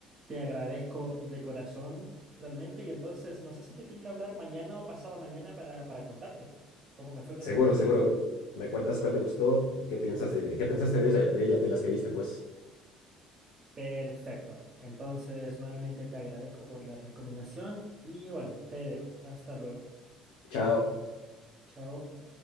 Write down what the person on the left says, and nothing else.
Seguro,
seguro. Me cuentas cuál te gustó y qué piensas de, qué pensaste de esa- de ellas, de las que viste, pues.
Chao.